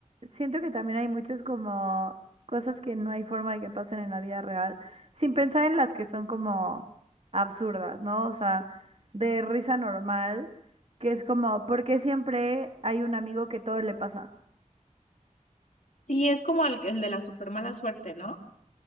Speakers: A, on the right; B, on the left.
A: siento que también hay muchos como cosas que no hay forma de que pasen en la vida real, sin pensar en las que son como absurdas, ¿no? O sea, de risa normal, que es como, ¿por qué siempre hay un amigo que todo le pasa?
B: Sí, es como el, el de la super mala suerte, ¿no?